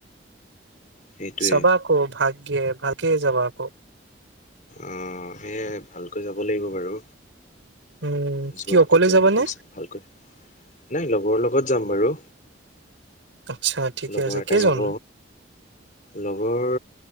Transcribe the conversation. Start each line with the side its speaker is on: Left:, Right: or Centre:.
Left: সেইটোৱে
Right: চাবা আকৌ ভাগ্যে ভাগ কেলে যাবা আক'?
Left: অহ, সেয়াই ভালকৈ যাব লাগিব বাৰু।
Right: উম
Left: যোৱাটোতো
Right: কি অকলে যাবানে
Left: সেইটো ভালকৈ নাই লগৰৰ লগত লগত যাম বাৰু।
Right: আচ্ছা ঠিকে
Left: লগৰ
Right: আছে
Left: এটা
Right: কেইজন
Left: যাব, লগৰ